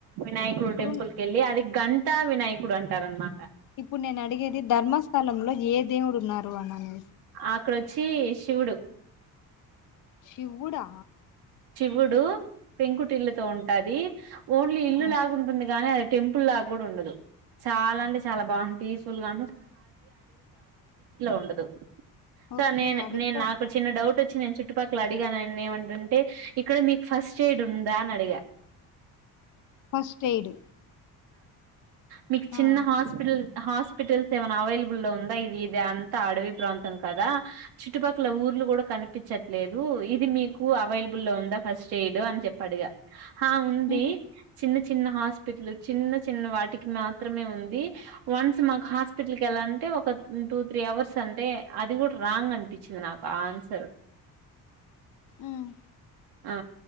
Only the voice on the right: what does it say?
వినాయకుడు
టెంపుల్ క వెళ్ళి అది గంటా వినాయకుడు అంటార అనమాట
అక్కడొచ్చి శివుడు
గుడు పెంకుటిల్లుతో ఉంటుది ఓన్లీ ఇల్లు
లాగుంటుంది గాని అ టెంపుల్ లాగ్గూడ ఉండదు. చాలా అంటే చాలా బాగుంది పీస్ఫుల్ గా ఉంటుంది.
సరే నేను
నేను నాకు చిన్న డౌట్ వచ్చి నేను చుట్టుపక్ క్కలా అడిగానండి ఏమంటంటే, ఇక్కడ మీకు ఫస్ట్ ఎయిడ్ ఉందా అని అడిగా
మీకు చిన్న
హాస్పిటల్ హాస్ హాస్పిటల్స్ ఏ అవైలబుల్ లో ఉందా ఇది ఇది అంత అడవి ప్రాంతం కదా చుట్టుపక్కల ఊర్లు గూడా క కనిపిచ్చట్లేదు ఇది మీకు అవైలబుల్ లో ఉందా ఫస్ట్ ఎయిడ్ అని చెప్పి అడిగా హా ఉంది
చిన్న చిన్న హాస్పిటల్. చిన్న చిన్న వాటికి మాత్రమే ఉంది వన్స్ మాకు హాస్పిటల్కి వెళ్ళాలంటే ఒక టూ త్రీ అవర్స్ అంటే అది కూడా రాంగ్ అనిపించింది నాకు ఆ ఆన్సర్
ఆ